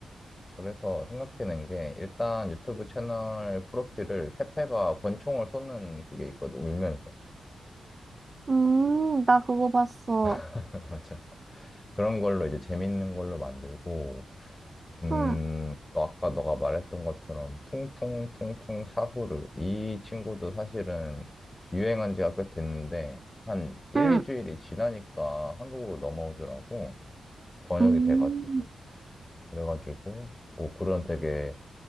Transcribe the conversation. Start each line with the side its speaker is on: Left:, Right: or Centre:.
Left: 그래서 생각해낸 게 일단 유튜브 채널 프로필을 페페가 권총을 쏘는 그게 있거든 울면서
Right: 음, 나 그거 봤어.
Left: <laughs> 맞아 그런 걸로 이제 재밌는 걸로 만들고 음,
Right: 응,
Left: 또 아까 너가 말했던 것처럼 퉁퉁퉁퉁 사후르 이 친구도 사실은 유행한 지가 꽤 됐는데 한 1,
Right: 응,
Left: 2주일이 지나니까 한국으로 넘어오더라고 번역이
Right: 음.
Left: 돼가지고 그래가지고 뭐 그런 되게